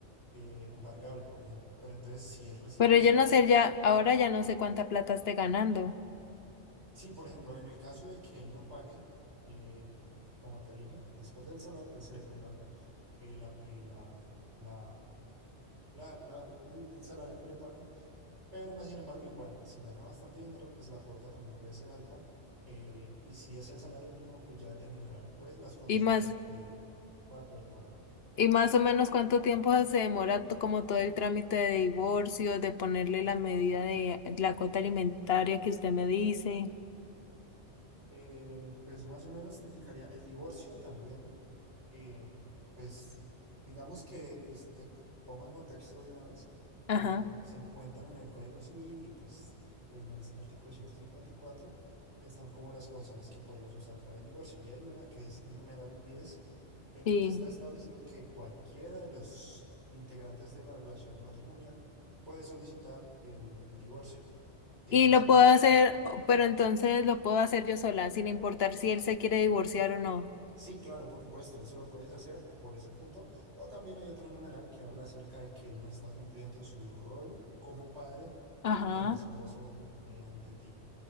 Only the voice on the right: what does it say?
eh, embargable, por ejemplo. Pero entonces, si él recibe
un
salario
Sí, por ejemplo, en el caso de que él no pague, eh, como te dije, después del salario, ahí se le puede embargar eh, la- eh, la- la- la- la- el, el salario que le pagan, pero más sin embargo, igual, si gana bastante dinero, pues la cuota también puede ser alta. eh, y si es el salario mínimo, pues ya determinará el juez las condiciones
de él para poder pagar.
eh, pues más o menos te indicaría el divorcio también, eh, pues digamos que pues te pongo en contexto de una vez,
eh, se encuentra en el Código Civil y pues en el artículo 154 están como las causales que podrías usar para el divorcio y hay una que es el numeral 10 en
el que está establecido que cualquiera de los integrantes de la relación matrimonial puede solicitar el el divorcio que
en este
caso
Sí, claro, por supuesto, eso lo puedes hacer por ese punto. O también hay otro numeral que habla acerca de que él no está cumpliendo su rol como padre ni
como esposo eh, ante ti.